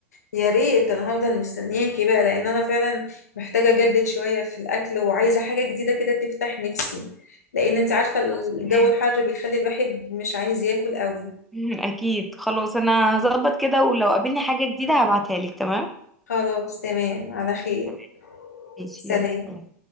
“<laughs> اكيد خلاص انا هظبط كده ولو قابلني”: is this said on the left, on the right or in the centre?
Centre